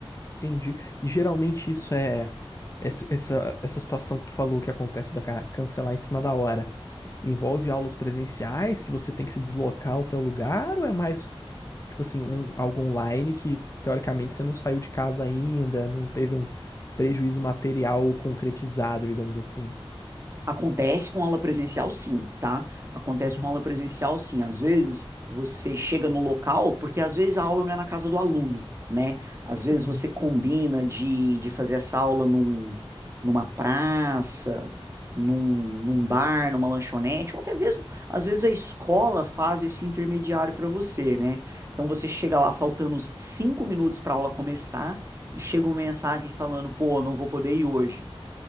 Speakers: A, on the left; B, on the right.
A: Entendi. E geralmente isso é essa, essa, essa situação que tu falou que acontece da ca- cancelar em cima da hora. Envolve aulas presenciais que você tem que se deslocar ao teu lugar ou é mais tipo assim, um, algo online que teoricamente você não saiu de casa ainda, não teve um prejuízo material concretizado, digamos assim.
B: Acontece com aula presencial, sim, tá? Acontece
A: Uhum,
B: com aula presencial, sim. Às vezes você chega no local, porque às vezes a aula não é na casa do aluno, né? Às vezes
A: uhum.
B: você combina de, de fazer essa aula num, numa praça, num, num bar, numa lanchonete, ou até mesmo, às vezes a escola faz esse intermediário para você, né? Então você chega lá faltando uns cinco minutos para a aula começar e chega uma mensagem falando, pô, não vou poder ir hoje.